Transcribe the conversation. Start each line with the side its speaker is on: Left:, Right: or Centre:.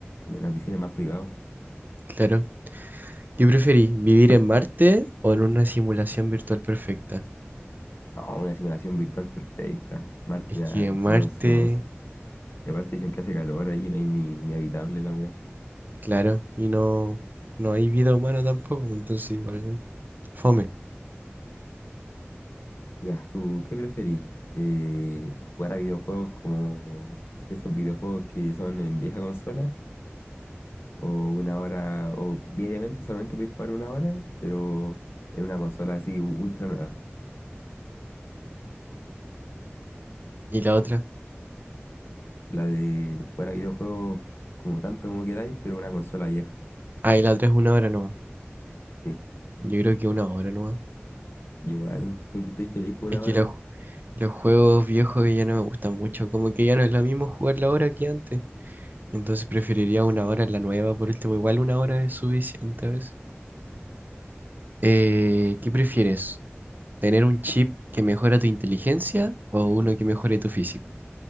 Left: en una piscina más privado.
Right: Claro. ¿Qué preferís? ¿Vivir en Marte o en una simulación virtual perfecta?
Left: No, una simulación virtual perfecta. Marte
Right: Es
Left: me
Right: que
Left: da-
Right: en
Left: no
Right: Marte,
Left: se conoce. Y aparte dicen que hace calor ahí, no hay ni, ni habitable la wea.
Right: claro, y no, no hay vida humana tampoco, entonces igual, fome.
Left: Ya, ¿tú qué preferís? Eh, ¿jugar a videojuegos como estos videojuegos que son en vieja consola? ¿O una hora, o diariamente solamente podéis jugar una hora, pero en una consola así ultra nueva?
Right: ¿Y la otra?
Left: La de jugar a videojuegos como tanto como queráis, pero una consola vieja.
Right: Ah, y la otra es una hora nomás.
Left: Sí,
Right: Yo creo que una hora nomás.
Left: igual me estoy feliz con una
Right: Es que
Left: hora.
Right: los Los juegos viejos ya no me gustan mucho, como que ya no es lo mismo jugarla ahora que antes. Entonces preferiría una hora en la nueva, por último, igual una hora es suficiente a veces. Eh, ¿qué prefieres? ¿Tener un chip que mejora tu inteligencia o uno que mejore tu físico?